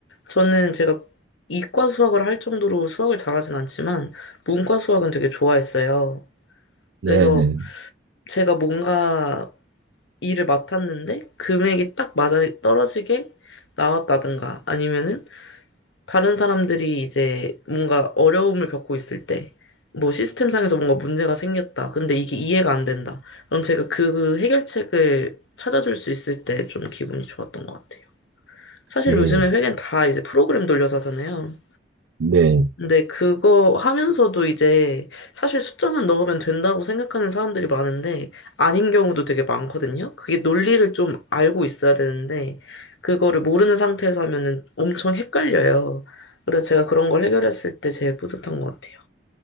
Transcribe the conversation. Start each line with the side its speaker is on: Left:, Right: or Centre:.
Left: 저는 제가 이과 수학을 할 정도로 수학을 잘하진 않지만 문과 수학은 되게 좋아했어요.
Right: 네,
Left: 그래서
Right: 네. 네.
Left: 제가 뭔가 일을 맡았는데 금액이 딱 맞아 떨어지게 나왔다든가 아니면은 다른 사람들이 이제 뭔가 어려움을 겪고 있을 때, 뭐 시스템상에서 뭔가 문제가 생겼다. 근데 이게 이해가 안 된다. 그럼 제가 그 해결책을 찾아줄 수 있을 때 좀 기분이 좋았던 것 같아요. 사실
Right: 예.
Left: 요즘에 회계는 다 이제 프로그램 돌려서 하잖아요.
Right: 네.
Left: 근데 그거 하면서도 이제 사실 숫자만 넣으면 된다고 생각하는 사람들이 많은데 아닌 경우도 되게 많거든요. 그게 논리를 좀 알고 있어야 되는데 그거를 모르는 상태에서 하면은 엄청 헷갈려요. 그래서 제가 그런 걸 해결했을 때 제일 뿌듯한 것 같아요.